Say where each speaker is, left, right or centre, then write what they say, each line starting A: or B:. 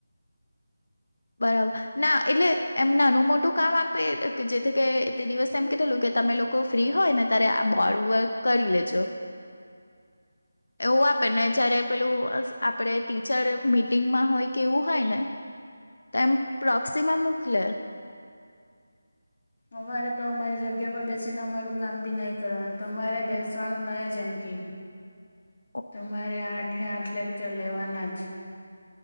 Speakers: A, on the left; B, on the left.
A: બરાબર ના એટલે એમ નાનું મોટું કામ આપે જેથી કે તે દિવસે એમ કીધુંલું કે તમે લોકો ફ્રી હોય ને ત્યારે આ બોડ વર્ક કરી લેજો. એવું આપે ને જયારે પેલું આપડે ટીચર મીટિંગમાં હોય કે એવું હોય ને તો એમ પ્રોક્સિમા મોકલે.
B: અમારે તો અમારી જગ્યા પર બેસીને અમારું કામ બી નહી કરવાનું તમારે બેસવાનું નહી જ એમ કે.
A: <inaudible>
B: તમારે આઠે આઠ લેક્ચર લેવાના જ.